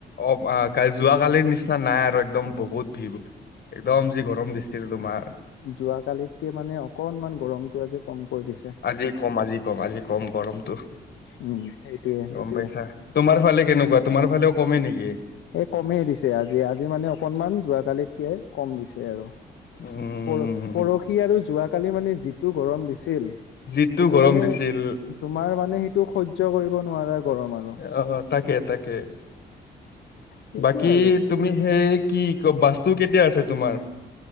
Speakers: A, on the left; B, on the left.
A: অ' ক যোৱাকালিৰ নিচিনা নাই আৰু একদম বহুত ভিৰ একদম যি গৰম দিছিল তোমাৰ।
B: যোৱা কালিতকে মানে অকনমান গৰমটো আজি কমকৈ দিছে
A: আজি কম, আজি কম, আজি কম, গৰমটো,
B: উম সেইটোয়ে সেইটোয়ে
A: গম পাইছা? তোমাৰ ফালে কেনেকুৱা, তোমাৰ ফালেও কমে নেকি?
B: এই কমেই দিছে আজি-আজি মানে অকনমান যোৱাকালিতকে কম দিছে আৰু।
A: উম
B: পৰ-পৰহি আৰু যোৱাকালি মানে যিটো গৰম দিছিল
A: যিটো
B: সেইটো
A: গৰম
B: মানে
A: দিছিল
B: তোমাৰ মানে সেইটো সহ্য কৰিব নোৱাৰা গৰম আৰু
A: অ', তাকে-তাকে
B: সেইটোয়ে
A: বাকী
B: আৰু
A: তুমি সেই কি বাছটো কেতিয়া আছে তোমাৰ?